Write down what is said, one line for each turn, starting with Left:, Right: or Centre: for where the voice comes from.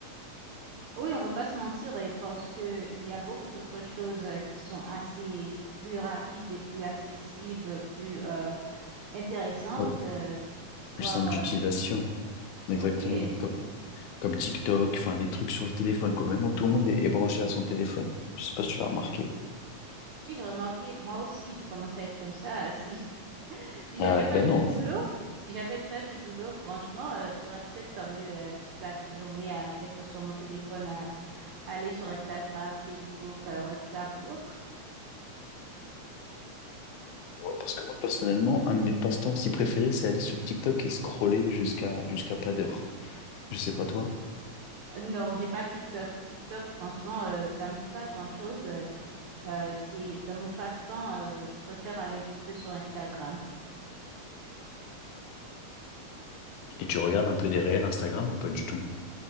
Right: Oui, on va pas se mentir, et parce que il y a beaucoup d'autres choses euh, qui sont assez plus rapides et plus accessibles, plus euh, intéressantes.
Left: Ouais.
Right: euh, voir
Left: Plus simple d'utilisation. Exactement.
Right: Ah oui,
Left: comme TikTok, enfin les trucs sur le téléphone, quoi. Maintenant, tout le monde est, est branché à son téléphone. Je sais pas si tu l'as remarqué.
Right: oui, j'ai remarqué, moi aussi, j'ai commencé à être comme ça. <laughs> Si, si
Left: Ah,
Right: j'avais pas
Left: ben
Right: du
Left: non,
Right: boulot, si j'avais pas du boulot, franchement, euh, je serais peut-être comme eux euh, toute la journée à être sur mon téléphone, à aller sur Instagram, Facebook, euh, WhatsApp ou autre.
Left: parce que moi, personnellement, un de mes passe-temps si préférés, c'est aller sur TikTok et scroller jusqu'à jusqu'à pas d'heure. Je sais pas toi.
Right: Euh, Non, j'ai pas TikTok. TikTok, franchement, euh, ça me dit pas grand-chose. Euh, euh, c'est dans mon passe-temps, euh, je préfère aller un petit peu sur Instagram.
Left: Et tu regardes un peu des réels Instagram ou pas du tout?